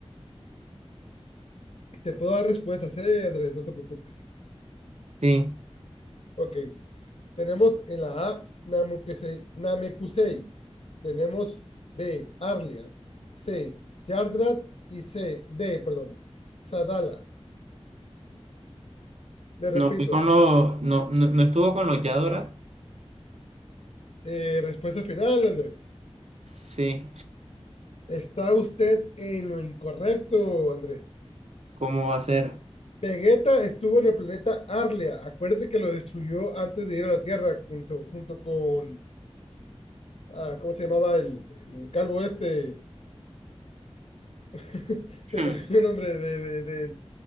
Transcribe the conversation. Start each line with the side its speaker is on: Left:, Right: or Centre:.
Left: Te puedo dar respuestas, eh, Andrés, no te preocupes.
Right: Sí.
Left: Ok, tenemos en la A Namekusei, Namekusei. tenemos B, Arlia, C, Yardrat y C, D, perdón, Sadala. Le repito,
Right: No fui con los. No, no, no estuvo con los Yadora.
Left: eh, respuesta final, Andrés.
Right: Sí.
Left: Está usted en lo incorrecto, Andrés.
Right: ¿Cómo va a ser?
Left: Vegeta estuvo en el planeta Arlia. Acuérdate que lo destruyó antes de ir a la Tierra junto, junto con... ah, ¿cómo se llamaba el, el calvo este? <laughs> Se
Right: Hmm.
Left: me olvidó el nombre de, de- de-